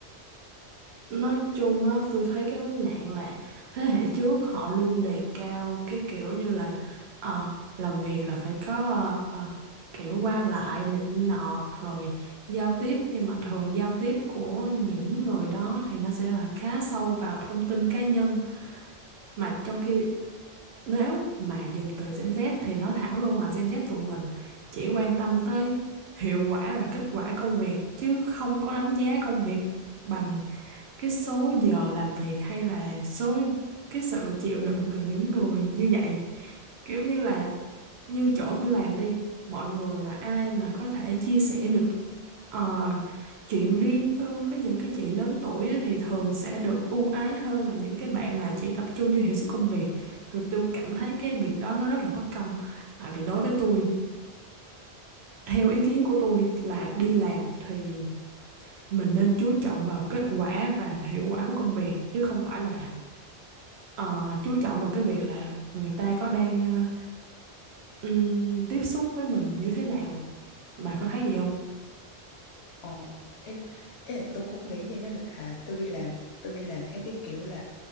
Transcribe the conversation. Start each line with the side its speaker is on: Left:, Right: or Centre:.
Right: Nói chung á, tôi thấy cái vấn nạn là thế hệ trước họ luôn đề cao cái kiểu như là ờ, làm việc là phải có ờ, kiểu qua lại nịnh nọt rồi giao tiếp nhưng mà thường giao tiếp của những người đó thì nó sẽ là khá sâu vào thông tin cá nhân mà trong khi nếu mà dùng từ Gen Z thì nói thẳng luôn là Gen Z tụi mình chỉ quan tâm tới hiệu quả và kết quả công việc chứ không có đánh giá công việc bằng cái số giờ làm việc hay là số cái sự chịu đựng từ những người như vậy kiểu như là như chỗ tôi làm đi mọi người mà ai mà có thể chia sẻ được ờ, chuyện riêng tư với những cái chị lớn tuổi á, thì thường sẽ được ưu ái hơn là những cái bạn mà chỉ tập trung vô hiệu suất công việc thì tôi cảm thấy cái việc đó nó rất là bất công tại vì đối với tôi theo ý kiến của tôi là đi làm thì mình nên chú trọng vào kết quả và hiệu quả của công việc chứ không phải là ờ, chú trọng vào cái việc là người ta có đang ờ, ừm, tiếp xúc với mình như thế nào. Bà có thấy gì không?
Left: ờ ý, ý là tôi cũng nghĩ vậy nên là tôi đi làm tôi đi làm theo cái kiểu là